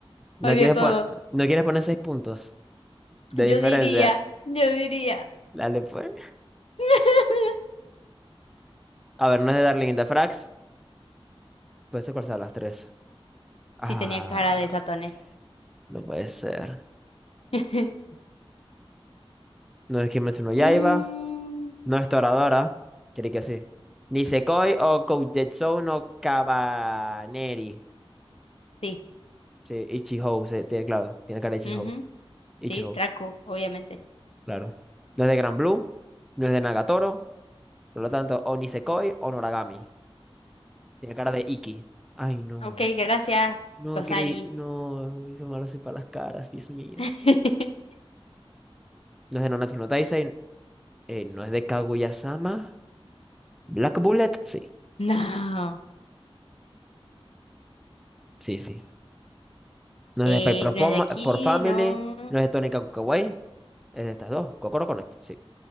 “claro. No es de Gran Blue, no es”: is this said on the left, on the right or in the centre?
Centre